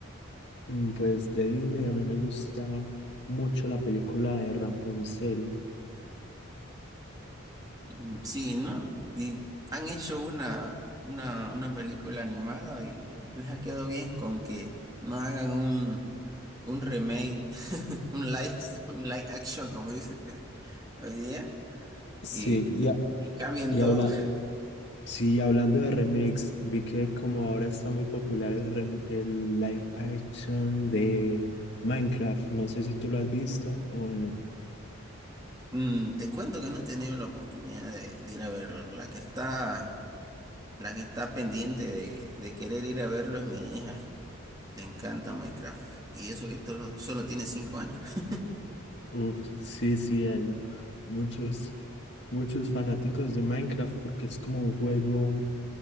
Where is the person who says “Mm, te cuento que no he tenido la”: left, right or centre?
Right